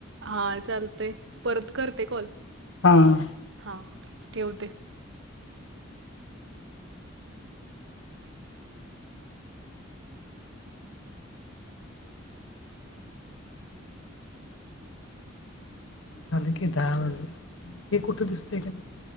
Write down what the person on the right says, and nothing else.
हा चालतंय परत करते कॉल
हा ठेवते. <unintelligible>